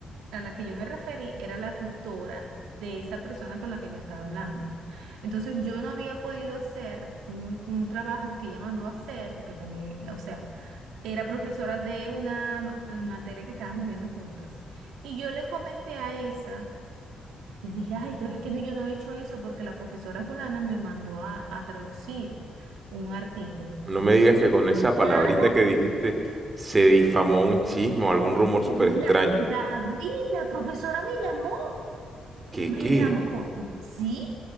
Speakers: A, on the right (about 80°); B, on the right (about 35°).
A: a la que yo me referí, era la tutora de esa persona con la que yo estaba hablando. Entonces yo no había podido hacer un, un trabajo que ella mandó a hacer, porque también, eh, o sea, era profesora de una ma- materia que estábamos viendo juntas. Y yo le comenté a esa, le dije, ay, pero es que no- yo no he hecho eso porque la profesora fulana me mandó a a traducir un artículo.
B: No me digas que con esa palabrita
A: Nada,
B: que dijiste se difamó un chisme o algún rumor súper extraño.
A: la, David, la profesora me llamó,
B: ¿Qué
A: me
B: qué?
A: llamó, sí,